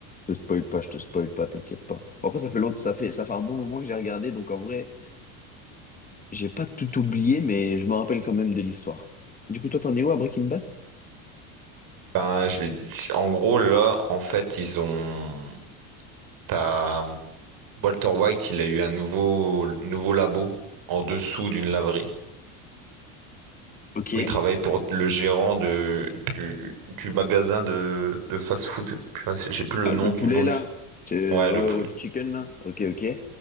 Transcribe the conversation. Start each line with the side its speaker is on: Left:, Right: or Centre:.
Left: Je te spoil pas, je te spoil pas, t'inquiète pas. Bon, après, ça fait longtemps, ça fait, ça fait un bon moment que j'ai regardé, donc en vrai, j'ai pas tout oublié, mais je me rappelle quand même de l'histoire. Du coup, toi, t'en es où à Breaking Bad?
Right: ben je vais en gros là en fait ils ont t'as Walter White, il a eu un nouveau, nouveau labo en dessous d'une laverie.
Left: Ok.
Right: où il travaille pour le gérant de, du, du magasin de, de fast-food. Purée, c'est- J'ai plus le
Left: Ah,
Right: nom
Left: le
Right: du
Left: poulet,
Right: nom du.
Left: là. Tu- Ouais,
Right: Ouais, le
Left: ouais,
Right: poule.
Left: le chicken, là. Ok, ok.